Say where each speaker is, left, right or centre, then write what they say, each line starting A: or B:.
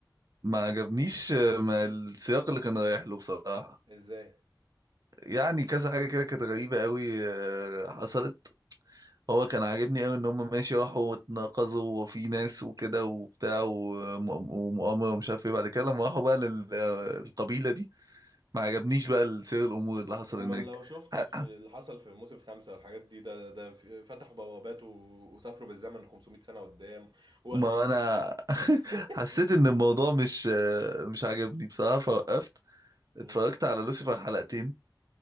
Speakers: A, on the right (about 50°); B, on the right (about 75°).
A: ما عجبنيش آه، ما السياق اللي كان رايح له بصراحة
B: ازاي
A: يعني كذا حاجة كده كانت غريبة قوي آه، حصلت هو كان عاجبني قوي ان هم ماشي راحوا واتناقضوا وفي ناس وكده وبتاع وم- ومؤامرة ومش عارف ايه بعد كده لما راحوا بقى للقبيلة دي ما عجبنيش بقى سير الامور اللي حصل
B: امال
A: هناك
B: لو شفت
A: ح-
B: في اللي حصل في موسم خمسة والحاجات دي ده ده في- فتحوا بوابات و... وسافروا بالزمن 500 سنة قدام و...
A: ما انا <laughs>
B: <laughs>
A: حسيت ان الموضوع مش آه، مش عاجبني بصراحة فوقفت اتفرجت
B: مم،
A: على لوسيفر حلقتين